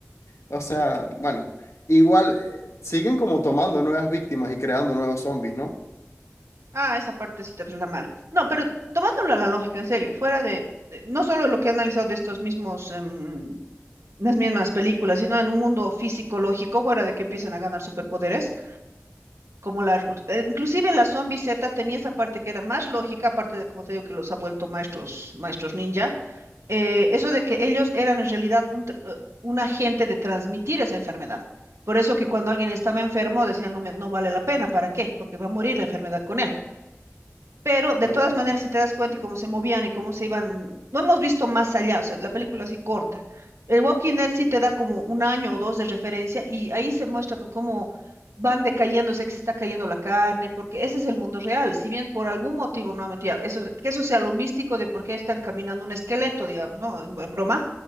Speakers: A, on the left; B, on the right.
A: O sea, bueno, igual eh, siguen como tomando nuevas víctimas y creando nuevos zombies, ¿no?
B: Ah, esa partecita pues es la mala. No, pero tomándolo a la lógica, en serio, fuera de, de- no solo lo que he analizado de estos mismos, em, las mismas películas, sino en un mundo físico lógico, fuera de que empiecen a ganar superpoderes, como la, eh, inclusive la Zombie Z tenía esa parte que era más lógica, aparte de, como te digo, que los ha vuelto maestros, maestros ninja, eh, eso de que ellos eran en realidad un, tr- eh, un agente de transmitir esa enfermedad. Por eso que cuando alguien estaba enfermo decían, no, me- no vale la pena, ¿para qué? Porque va a morir la enfermedad con él. Pero de
A: Claro,
B: todas maneras, si te das cuenta y cómo se movían y cómo se iban, no hemos visto más allá, o sea, la película así corta. El Walking Dead sí te da como un año o dos de referencia y ahí se muestra pues cómo van decayéndose, que se está cayendo la carne, porque ese es el mundo real. Si bien por algún motivo, nuevamente, ya, eso, que eso sea lo místico de por qué están caminando un esqueleto, digamos, ¿no? En, en broma,